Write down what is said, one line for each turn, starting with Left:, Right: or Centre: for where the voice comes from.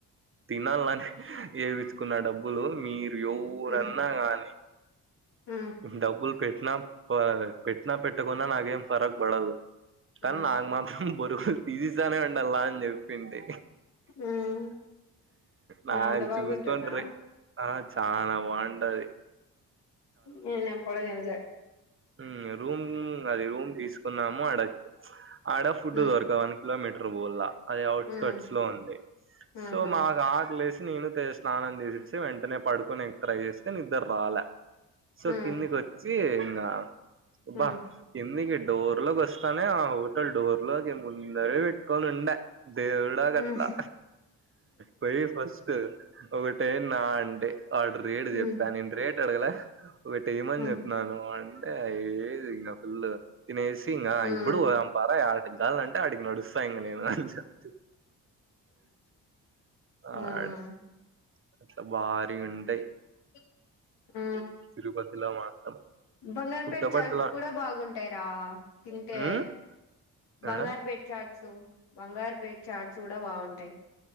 Right: తినాలని యేపించుకున్న డబ్బులు మీరు ఎవరన్నా
Left: హ్మ్
Right: గానీ
Left: హ్మ్
Right: డబ్బులు పెట్టిన పా పెట్టకున్న నాకేం తరుగు పడదు కాని
Left: హ్మ్
Right: నాకు మాత్రం బొరుగులు తిసిస్తానే ఉ నల్ల అని చెప్పింది
Left: హ్మ్
Right: నాకు
Left: అంత బాగుంటుందా
Right: చూసుకొండ్రి ఆ చాల బాగుంటది
Left: నిను ఎప్పుడు తినలే
Right: మ్మ్ రూమ్ అది రూమ్ తీసుకున్నాము అడక్ ఆడ ఫుడ్
Left: హ్మ్
Right: దొరకవు వన్ కిలోమీటర్ పొవల్ల అది అవుట్స్
Left: హ్మ్
Right: కట్స్ లో ఉంది
Left: ఊహూ
Right: సో మాకు ఆకలి యేసి నేను స్నానం తీసేసి వెంటనే పడుకునేకి ట్రై చేస్తే నిద్దర రాలే సో
Left: హ్మ్
Right: కిందికి వచ్చి ఇంగా
Left: హ్మ్
Right: బా కిందికి డోర్ లోకి వస్తానే ఆ హోటల్ డోర్ లోకే ముందరే పెట్టుకొని ఉండే దేవుడా
Left: హ్మ్.
Right: కట్లా పొయ్యి ఫస్ట్ ఒకటి ఏయాన్న అంటి వాడు రేటు
Left: హ్మ్.
Right: చెప్పా
Left: హ్మ్.
Right: నేను రేట్ అడగల ఒకటి ఏమని
Left: హ్మ్.
Right: చెప్పినాను అంటే అ లేదు ఇంగా ఫుల్ తినేసి ఇంకా
Left: హ్మ్.
Right: ఇప్పుడు పొదాం పార యాటికి కావలంటే అటికి నడుస్తా ఇంగా అని చెప్తి
Left: హ్మ్.
Right: ఆడు అట్లా బారిగా ఉంటాయి
Left: ముక్కుందా ఆ
Right: తిరుపతిలో మాత్రం
Left: బంగారు
Right: పుట్టపర్తిలో
Left: పేట్స్ చాట్స్ కూడా బాగుంటాయిరా తింటే
Right: ఉమ్
Left: బంగారు
Right: యాడ
Left: పేట్ చాట్స్ బంగారు పేట్ చాట్స్ కూడా బాగుంటాయ్